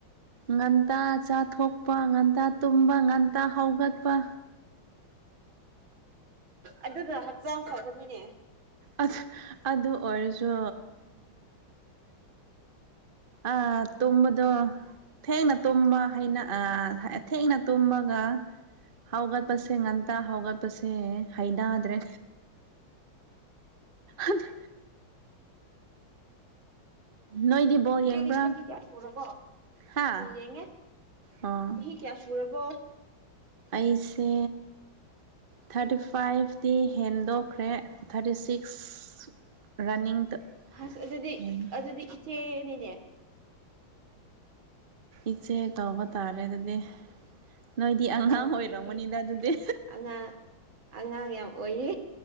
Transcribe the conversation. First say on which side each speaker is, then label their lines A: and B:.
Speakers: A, on the right (about 30°); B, on the right (about 75°).
A: ꯉꯟꯇꯥ ꯆꯥ ꯊꯣꯛꯄ ꯉꯟꯇꯥ ꯇꯨꯝꯕ ꯉꯟꯇꯥ ꯍꯧꯒꯠꯄ
B: ꯑꯗꯨꯅ ꯍꯛꯆꯥꯡ ꯐꯕꯅꯤꯅꯦ
A: ꯑꯗꯨ ꯑꯗꯨ ꯑꯣꯏꯔꯁꯨ ꯑ ꯇꯨꯝꯕꯗꯣ ꯊꯦꯡꯅ ꯇꯨꯝꯕ ꯍꯩꯅ ꯊꯦꯡꯅ ꯇꯨꯝꯕꯒ ꯍꯧꯒꯠꯄꯁꯦ ꯉꯟꯇ ꯍꯧꯒꯠꯄꯁꯦ ꯍꯩꯅꯗ꯭ꯔꯦ ꯑꯗꯨ ꯅꯣꯏꯗꯤ ꯕꯣꯜ ꯌꯦꯡꯕ꯭ꯔꯥ
B: ꯢꯆꯦ ꯆꯍꯤ ꯀꯌꯥ ꯁꯨꯔꯕꯣ
A: ꯍꯥ
B: ꯕꯣꯜ ꯌꯦꯡꯉꯦ
A: ꯑꯣ
B: ꯆꯍꯤ ꯀꯌꯥ ꯁꯨꯔꯕꯣ
A: ꯑꯩꯁꯦ ꯊꯥꯔꯇꯤ ꯐꯥꯏꯚꯇꯤ ꯍꯦꯟꯗꯣꯛ ꯈ꯭ꯔꯦ ꯊꯥꯔꯇꯤ ꯁꯤꯛꯁ ꯔꯟꯅꯤꯡ
B: ꯍꯁ ꯑꯗꯨꯗꯤ
A: ꯑꯣꯏꯅ
B: ꯑꯗꯨꯗꯤ ꯏꯆꯦꯅꯤ ꯅꯦ
A: ꯏꯆꯦ ꯀꯧꯕ ꯇꯥꯔꯦ ꯑꯗꯨꯗꯤ ꯅꯣꯏꯗꯤ ꯑꯉꯥꯡ
B: ꯑ
A: ꯑꯣꯏꯔꯝꯒꯅꯤꯗ
B: ꯑꯩꯗꯤ
A: ꯑꯗꯨꯗꯤ
B: ꯑꯉꯥꯡ ꯑꯉꯥꯡ ꯌꯥꯝ ꯑꯣꯏꯔꯤ